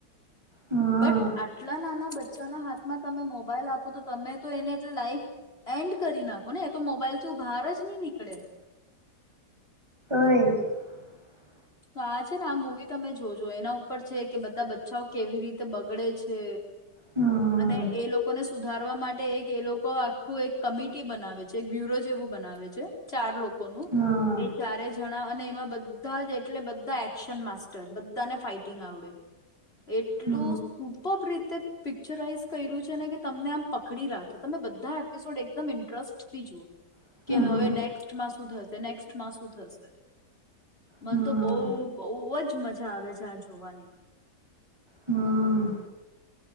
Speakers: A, on the right; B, on the left.
A: હમ
B: બટ આટલા નાના બચ્ચાના હાથમાં તમે મોબાઈલ આપો તો તમે તો એને એટ લાઈફ એન્ડ કરી નાખો ને તો મોબાઈલથી બહાર જ નહી નીકળે
A: <unintelligible>
B: તો આ છે ને આ મુવી તમે જોજો એના ઉપર છે કે બધા બચ્ચાઓ કેવી રીતે બગડે છે
A: હમ
B: અને એ લોકોને સુધારવા માટે એક એ લોકો આખું એક કમિટી બનાવે છે એક બ્યુરો જેવું બનાવે છે ચાર લોકોનું
A: હમ
B: એ ચારે જણા અને એમાં બધા જ એટલે બધા એક્શન માસ્ટર બધાને ફાઈટિંગ આવડે. એટલું
A: હમ
B: સુપર રીતે પી પિક્ચરાઈઝ કર્યું છે ને કે તમને આમ પકડી રાખે તમે બધા એપિસોડ એકદમ ઇન્ટરેસ્ટ થી જુઓ
A: હમ
B: કે હવે નેક્સ્ટમાં શું થશે નેક્સ્ટમાં શું થ થશે. મન
A: હમ
B: તો બઉુ બઉુ જ મજા આવે છે આજે જોવાની
A: હમ્મ.